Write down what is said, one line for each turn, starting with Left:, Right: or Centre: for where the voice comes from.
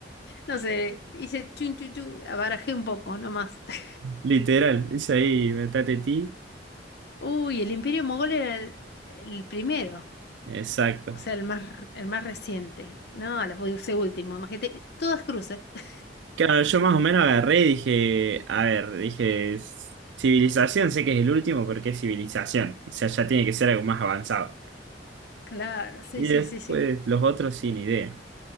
Left: no sé, hice chun chun chun, barajé un poco nomás. <laughs>
Right: Literal, dice ahí, metate ti.
Left: Uy, el Imperio Mogol era el, el primero,
Right: Exacto.
Left: o sea, el más, el más reciente. No, la puse último, imagínate, todas cruces. <laughs>
Right: Claro, yo más o menos agarré y dije, a ver, dije, "S- civilización, sé que es el último porque es civilización. O sea, ya tiene que ser algo más avanzado.
Left: Claro, sí,
Right: Y
Left: sí,
Right: después
Left: sí, sí.
Right: los otros sin idea.